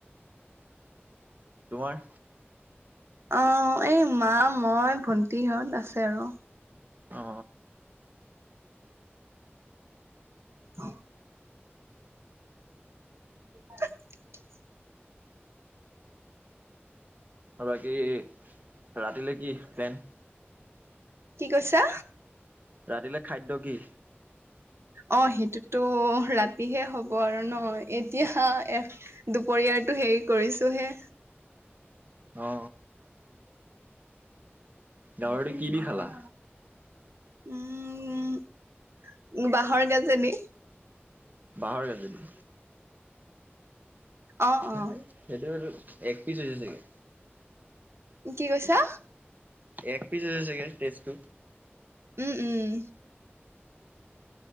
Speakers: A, on the right; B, on the right.
A: তোমাৰ?
B: অ এই মা মই ভণ্টিহঁত আছে আৰু।
A: অ
B: অ উ <unintelligible>
A: ত বাকী ৰাতিলে কি প্লেন?
B: কি কৈছা?
A: ৰাতিলে খাদ্য কি?
B: অ সেইটোতো ৰাতিহে হব আৰু ন এতিয়া এ দুপৰীয়াৰ টো হেৰি কৰিছো হে।
A: অ গাহৰিটো কি দি খালা?
B: উম বাঁহৰ গাজেদি
A: বাঁহৰ গাজে দি
B: অ
A: সেইটো
B: অ
A: সেটো এক পিচ হৈছে চাগে
B: কি কৈছা?
A: এক পিচ হৈছে চাগে তেজটো।
B: উম উম